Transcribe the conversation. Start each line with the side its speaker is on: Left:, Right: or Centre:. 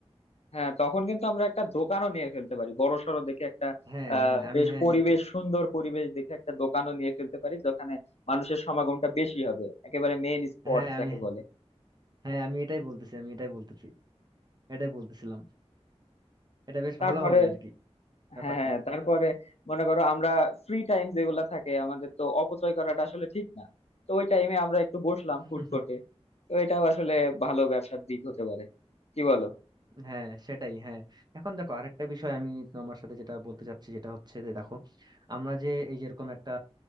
Left: হ্যাঁ তখন কিন্তু আমরা একটা দোকানও নিয়ে ফেলতে পারি বড়সড় দেখে একটা
Right: হ্যাঁ
Left: আহ
Right: হ্যাঁ আমি
Left: বেশ
Right: হ্যাঁ
Left: পরিবেশ
Right: এ- এ-
Left: সুন্দর পরিবেশ দেখে একটা দোকানও নিয়ে ফেলতে পারি যেখানে মানুষের সমাগমটা বেশি হবে একেবারে মেইন স্পট
Right: হ্যাঁ
Left: যাকে
Right: আমি
Left: বলে
Right: হ্যাঁ আমি এটাই বলতেছি আমি এটাই বলতেছি এটাই বলতেছিলাম এটা বেশ
Left: তারপরে
Right: ভালো হবে আর কি ব্যাপারটা
Left: হ্যাঁ হ্যাঁ, তারপরে মনে করো আমরা ফ্রি টাইম যেগুলা থাকে আমাদের তো অপচয় করাটা আসলে ঠিক না তো ওই টাইমে আমরা একটু বসলাম
Right: <laughs>
Left: ফুড কোর্টে তো এটাও আসলে ভালো ব্যবসার দিক হতে পারে কি বলো
Right: হ্যাঁ সেটাই হ্যাঁ এখন দেখো আরেকটা বিষয় আমি তোমার সাথে যেটা বলতে চাচ্ছি যেটা হচ্ছে যে দেখো আমরা যে এই যেরকম একটা